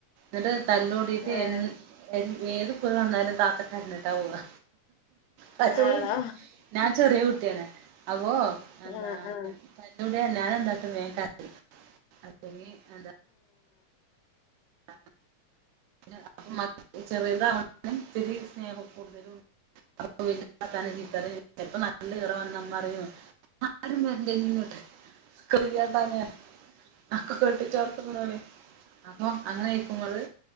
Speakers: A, on the right; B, on the left.
A: എന്നിട്ട് തല്ലൂടിട്ട്
B: ഏഹ്
A: എന്നെ. ഏത് കുറ വന്നാലും താത്തക്കരിഞ്ഞിട്ടാ പോവാ. പച്ചേ
B: ആണോ
A: ഞാൻ ചെറിയ കുട്ടിയാണ്. അഗോ എന്താ
B: ആഹ് ആഹ്
A: <unintelligible> എന്താട്ടും <unintelligible> അതിന് അന്താ <inaudible> അപ്പ മ ചെറുയതാവോണ്ടും ഇത്തിരി സ്നേഹ കൂടുതലും. അത് കഴിഞ്ഞ്. അത്താല്ലയും ഇത്താല്ലയും ഇപ്പ നമ്മെളിവെടെവന്നെന്നറിവോ? ആരും വെരണ്ടേയിങ്ങോട്ട് കേറിയാട്ടാ ഞാ ഒക്കെക്കൂട്ടിച്ചേർത്തപ്പോലെ. അപ്പൊ അങ്ങനെയിക്കുമ്പോള്